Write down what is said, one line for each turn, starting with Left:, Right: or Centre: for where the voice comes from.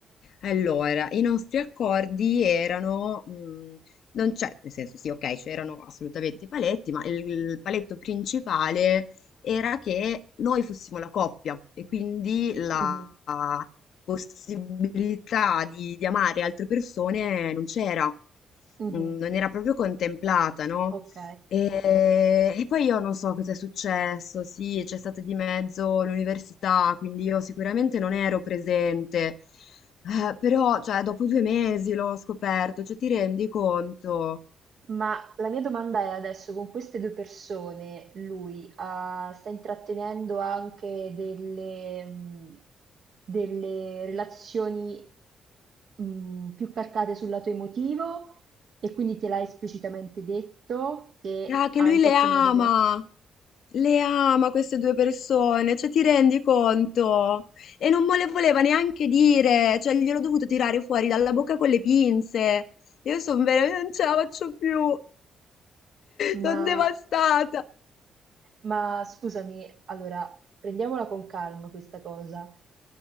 Left: Allora, i nostri accordi erano, mhmm, non c'è nel senso sì, okay, c'erano assolutamente i paletti, ma il il paletto principale era che noi fossimo la coppia e quindi la
Right: Mhm,
Left: possibilità di di amare altre persone non c'era.
Right: mhm.
Left: Mhmm, non era proprio contemplata, no,
Right: Ok.
Left: e, e poi io non so cosa è successo, sì, c'è stata di mezzo l'università, quindi io sicuramente non ero presente, Eh, però cioè, dopo due mesi l'ho scoperto, cioè ti rendi conto?
Right: Ma la mia domanda è adesso, con queste due persone, lui ah, sta intrattenendo anche delle, mh, delle relazioni mh, più calcate sul lato emotivo e quindi te l'ha esplicitamente detto che
Left: Ah,
Right: ha
Left: che lui
Right: in
Left: le
Right: qualche
Left: ama,
Right: modo violato.
Left: le ama queste due persone, cioè ti rendi conto? E non me le voleva neanche dire, cioè gliel'ho dovuto tirare fuori dalla bocca con le pinze, io sono veramente, non ce la faccio più. Son
Right: Ma,
Left: devastata!
Right: ma scusami, allora prendiamola con calma questa cosa.